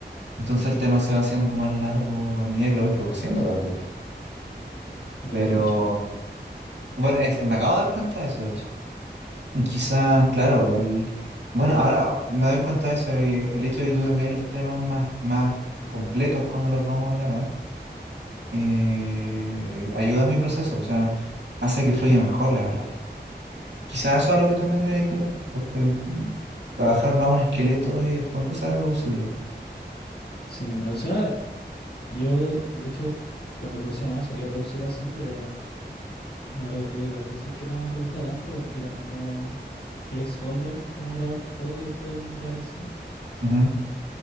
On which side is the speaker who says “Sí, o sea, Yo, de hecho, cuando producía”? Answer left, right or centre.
Left